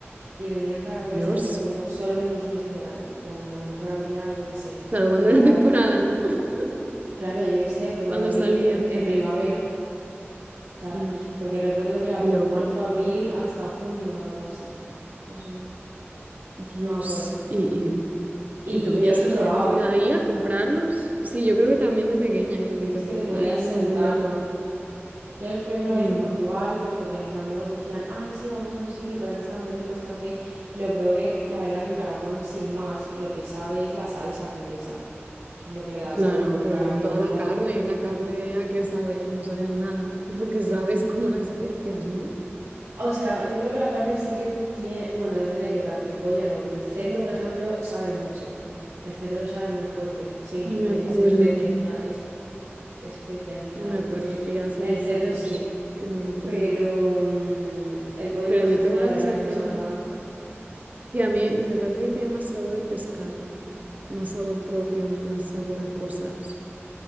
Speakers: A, on the right; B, on the right.
A: Y vendían caracoles
B: Dios.
A: ahí, pero como solo unos meses del año. En plan, a lo mejor habría, yo qué sé,
B: Claro, cuando
A: de...
B: era
A: ab-
B: temporada, ¿no? <laughs>
A: Claro, yo qué sé, pues
B: Cuando
A: de abril,
B: salían.
A: en, en primavera. O sea,
B: Mm,
A: porque recuerdo que era
B: qué
A: por
B: loco.
A: marzo, abril hasta junio o algo así, más o menos.
B: Dios.
A: no me acuerdo.
B: Y, y,
A: Y
B: y tú veías
A: yo los he
B: a
A: probado,
B: gente ir
A: ¿eh?
B: ahí a comprarlos. Sí, yo creo que también de pequeña y
A: Es
B: los
A: que
B: probé
A: te podías
B: una vez y
A: sentar.
B: no los volví a probar.
A: Yo los probé una
B: Mm.
A: vez en Portugal, pues porque mis amigos decían, ay, sí, vamos a un sitio que aquí está muy rico, está no sé qué. Lo probé, la verdad que el caracol sin más, lo que sabe es la salsa que le echan. Eso es lo que le da el
B: Claro,
A: sabor, pero el
B: pero
A: caracol,
B: como toda la
A: la
B: carne,
A: verdad que...
B: la carne a qué sabe, no sabían nada. <laughs> Lo que sabe es como las especias, ¿no?
A: O sea, yo creo que la carne sí que tiene, bueno, depende de qué carne, el pollo no, pero el cerdo, por ejemplo, sabe mucho. El cerdo sabe muy fuerte, sin
B: No me
A: que
B: acuerdo,
A: le eches especias ni nada, especias ni nada.
B: no me acuerdo, tía, hace
A: El
B: 10
A: cerdo
B: años
A: sí,
B: que no lo tomo.
A: Pero mm, el pollo,
B: Pero
A: por ejemplo,
B: yo tengo
A: la
B: la
A: verdad
B: sensación,
A: que no sabe nada.
B: tía, a mí me parece que tiene más sabor el pescado, más sabor propio y más sabor a cosas.